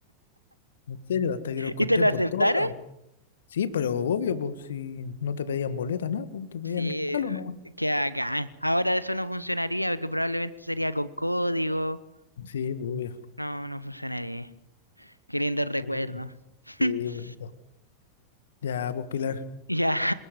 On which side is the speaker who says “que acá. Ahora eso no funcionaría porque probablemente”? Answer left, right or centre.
Right